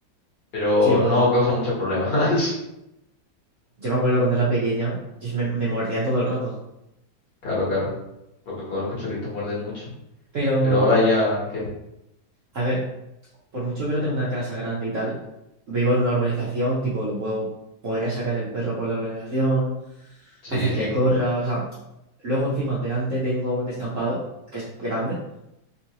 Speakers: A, on the left; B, on the right.
A: pero
B: sí, puede
A: no
B: ser.
A: causa muchos problemas. <laughs>
B: Yo me acuerdo cuando era pequeña, yo me, me mordía todo el rato.
A: Claro, claro. Lo que con los cachorritos muerden mucho.
B: Pero,
A: Pero ahora ya, ¿qué?
B: a ver, por mucho que no tenga una casa grande y tal, vivo en una urbanización, tipo, lo puedo, podría sacar el perro por la urbanización,
A: Sí,
B: hacer
A: sí.
B: que corra, o sea, luego encima delante tengo un descampado que es grande